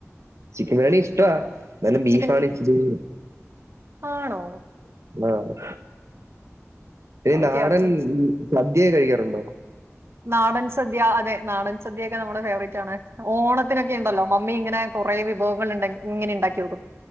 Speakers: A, on the right (about 70°); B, on the right (about 55°).
A: ചിക്കൻ ബിരിയാണി ഇഷ്ടവാ എന്നാലും ബീഫാണ്
B: ചിക്കൻ
A: ഇച്ചിരി കൂടി
B: ആണോ
A: ആഹ് ഈ
B: ഓക്കെ
A: നാടൻ
B: ഓക്കെ
A: സദ്യക്കെ കഴിക്കാറുണ്ടോ?
B: നാടൻ സദ്യാ അതെ നാടൻ സദ്യാ ഒക്കെ നമ്മുടെ ഫേവറേറ്റ് ആണ് ഓണ ത്തിനൊക്കെ ഇണ്ടല്ലോ മമ്മി ഇങ്ങനെ കൊറെ വിഭവങ്ങൾണ്ട ഇങ്ങനെ ഇണ്ടാക്കി വെക്കും